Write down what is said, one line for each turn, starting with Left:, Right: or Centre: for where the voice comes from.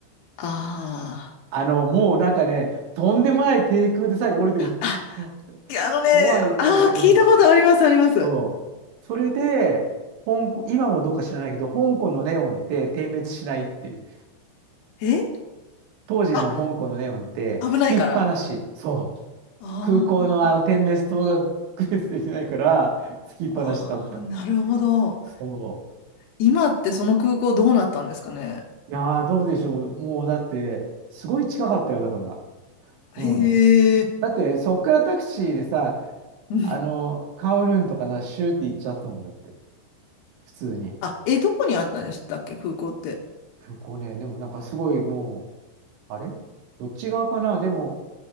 Left: あ
Right: あの、もうなんかね、とんでもない低空で最後降りてくる。
Left: あ。
Right: <laughs>
Left: あ、
Right: うん
Left: いやあのね、
Right: 怖い、怖い。
Left: ああ、
Right: うん。
Left: 聞いたことあります、あります。
Right: そう。それで、香港、今もどうか知らないけど、香港のネオンって点滅しないっていう。
Left: え
Right: 当時の香港のネオンってつきっぱなし。
Left: あ、危ないから。
Right: そう。
Left: あー
Right: 空港のあの点滅灯が区別できないから、つきっぱなしだった。
Left: あー、なるほど。
Right: そ
Left: 今ってその空港どうなったんですかね。
Right: う。いやー、どうでしょう。もうだって、すごい近かったよ、だから。うん。
Left: へえ。
Right: だって、そっからタクシーでさ、
Left: うん
Right: あの、カオルンとかさ、シューって行っちゃったもんだって。普通に。
Left: あ、え、どこにあったんでしたっけ、空港って。
Right: そこね、でもなんかすごいもう、あれどっち側かなでも、